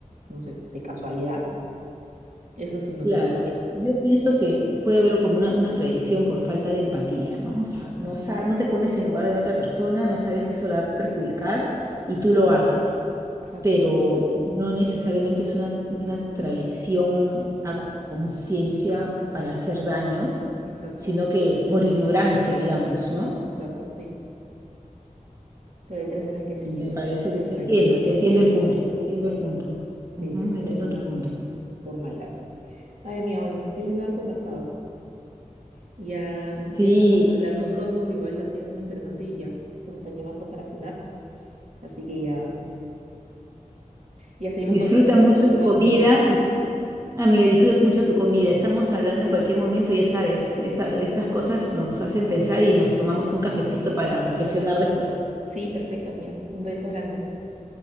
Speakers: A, on the right; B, on the right.
A: no sé, se casualidad, eso sí no
B: Claro,
A: perdono.
B: yo pienso que puede haber como una, una traición por falta de empatía, ¿no? O sea,
A: Ujú.
B: no, sa- no te pones en lugar de la otra persona, no sabes que eso la va a perjudicar y tú lo haces,
A: Exacto,
B: pero no necesariamente es una, una traición a conciencia para hacer daño,
A: exacto,
B: sino que por ignorancia, digamos, ¿no?
A: exacto, sí. Pero hay traiciones que sí,
B: Me
A: o
B: parece
A: hay personas que
B: que te
A: traicionan
B: entiendo, te
A: que
B: entiendo
A: sí,
B: el punto, te entiendo el punto.
A: sí,
B: Ujú,
A: que sí
B: entiendo
A: traicionan
B: tu punto.
A: así, por maldad. Ay, amiga, bueno, qué lindo haber conversado. Ya,
B: Sí,
A: ya estamos hablando pronto, pero igual ha sido súper interesante y ya, justo me están llamando para cenar. Así que ya, ya seguimos
B: Disfruta
A: conversando
B: mucho tu comida.
A: otros
B: Amiga, disfruta mucho tu comida. Estamos hablando en cualquier momento, ya sabes, esta- estas cosas nos hacen pensar y nos tomamos un cafecito para reflexionar después.
A: Sí, perfecto, amiga. Un beso grande.